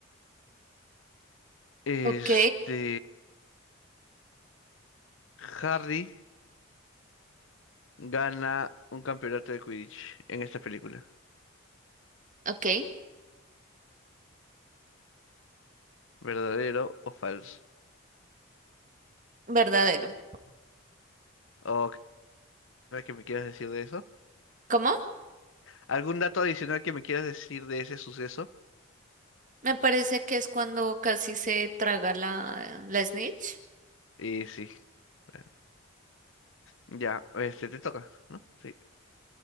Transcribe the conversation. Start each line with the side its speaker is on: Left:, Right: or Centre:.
Left: Este,
Right: Ok,
Left: Harry. gana un campeonato de Quidditch en esta película?
Right: ok,
Left: ¿Verdadero o falso?
Right: verdadero.
Left: ¿O qué que me quieras decir de eso?
Right: ¿Cómo?
Left: ¿Algún dato adicional que me quieras decir de ese suceso?
Right: Me parece que es cuando casi se traga la, la snitch.
Left: Y sí, claro. Ya, este te toca, ¿no? Sí.